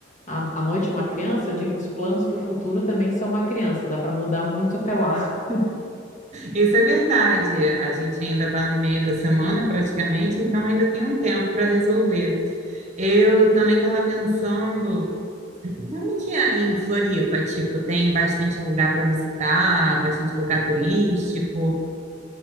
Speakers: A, on the left; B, on the right.
A: a, a noite é uma criança, eu digo, os planos para o futuro também são uma criança, dá para mudar muito até lá. <laughs>
B: Isso é verdade. A gente ainda está no meio da semana, praticamente, então ainda tem um tempo para resolver. Eu também estava pensando, como que é aí em Floripa, tipo, tem bastante lugar para visitar, bastante lugar turístico?